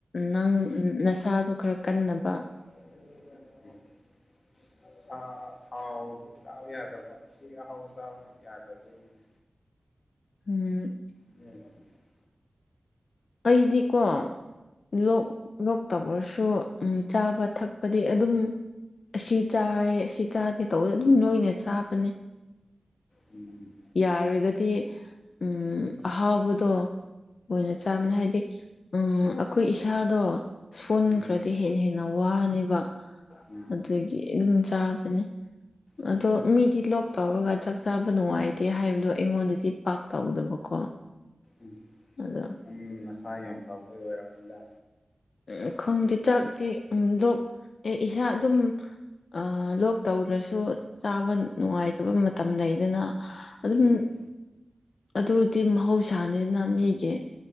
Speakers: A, on the left; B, on the left.
A: ꯅꯪ ꯅꯁꯥꯗꯣ ꯈꯔ ꯀꯟꯅꯕ
B: <unintelligible> <inaudible> ꯁꯥ ꯍꯥꯎ ꯆꯥꯕ ꯌꯥꯗꯕ <unintelligible> ꯑꯍꯥꯎ ꯆꯥꯕ ꯌꯥꯗꯕ <unintelligible>
A: ꯎꯝ
B: <unintelligible>
A: ꯑꯩꯗꯤꯀꯣ ꯂꯣꯛ ꯂꯣꯛꯇꯕ꯭ꯔꯁꯨ ꯎꯝ ꯆꯥꯕ ꯊꯛꯄꯗꯤ ꯑꯗꯨꯝ ꯑꯁꯤ ꯆꯥꯏꯌꯦ ꯑꯁꯤ ꯆꯥꯗꯦ ꯇꯧꯕꯗ ꯑꯗꯨꯝ ꯅꯣꯏꯅ ꯆꯥꯕꯅꯦ
B: ꯎꯝ
A: ꯌꯥꯔꯒꯗꯤ ꯎꯝ ꯑꯍꯥꯎꯕꯗꯣ ꯑꯣꯏꯅ ꯆꯥꯕꯅ‌ꯦ ꯍꯥꯏꯗꯤ ꯎꯝ ꯑꯩꯈꯣꯏ ꯏꯁꯥꯗꯣ ꯁꯣꯟ
B: ꯎꯝ
A: ꯈꯔꯗꯤ ꯍꯦꯟꯅ ꯍꯦꯟꯅ ꯋꯥꯅꯦꯕ
B: ꯎꯝ
A: ꯑꯗꯨꯒꯤ ꯑꯗꯨꯝ ꯆꯥꯕꯅꯦ
B: ꯎꯝ ꯎꯝ
A: ꯑꯗꯣ ꯃꯤꯗꯤ ꯂꯣꯛ ꯇꯧꯔꯒ ꯆꯥꯛ ꯆꯥꯕ ꯅꯨꯡꯉꯥꯏꯇꯦ ꯍꯥꯏꯕꯗꯣ ꯑꯩꯉꯣꯟꯗꯗꯤ ꯄꯥꯛ ꯇꯧꯗꯕꯀꯣ
B: ꯎꯝ
A: ꯑꯗꯣ
B: ꯅꯪ ꯅꯁꯥ ꯌꯥꯝ ꯐꯕꯩ ꯑꯣꯏꯔꯝꯅꯤꯗ
A: ꯎ ꯈꯪꯗꯦ ꯆꯥꯛꯇꯤ ꯎ ꯂꯣꯛ ꯑꯦ ꯏꯁꯥ ꯑꯗꯨꯝ ꯑ ꯂꯣꯛ ꯇꯧꯗ꯭ꯔꯁꯨ ꯆꯥꯕ ꯅꯨꯡꯉꯥꯏꯇꯕ ꯃꯇꯝ ꯂꯩꯗꯅ ꯑꯗꯨꯝ
B: ꯎꯝ
A: ꯑꯗꯨꯗꯤ ꯃꯍꯧꯁꯥꯅꯤꯅ ꯃꯤꯒꯤ